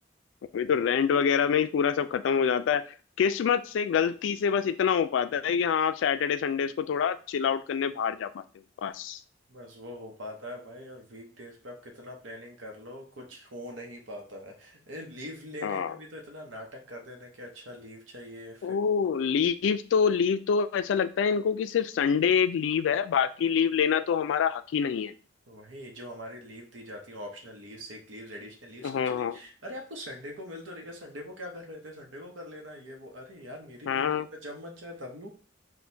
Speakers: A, on the left; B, on the right.
A: अभी
B: वो-
A: तो रेंट वगैरह में ही पूरा सब खत्म हो जाता है किस्मत से गलती से बस इतना हो पाता है कि हाँ आप सैटरडे संडेज को थोड़ा चिल आउट करने बाहर जा पाते हो बस
B: बस वो हो पाता है भाई और वीक डेज पे आप कितना प्लानिंग कर लो कुछ हो नहीं पाता है लीव लेने
A: हाँ
B: में भी तो इतना नाटक कर देते हैं कि अच्छा लीव चाहिए
A: ओ लीव तो लीव तो ऐसा लगता है इनको कि सिर्फ संडे एक लीव है बाकी लीव लेना तो हमारा हक ही नहीं है
B: वही जो हमारे लीव दी जाती है optional leave sick leaves additional leaves
A: हाँ
B: कुछ
A: हाँ
B: नहीं अरे आपको संडे को मिल तो रही है संडे को क्या कर रहे थे संडे को कर लेना ये वो अरे यार मेरी
A: हाँ
B: लीव्स है मैं जब मन चाहे तब लूं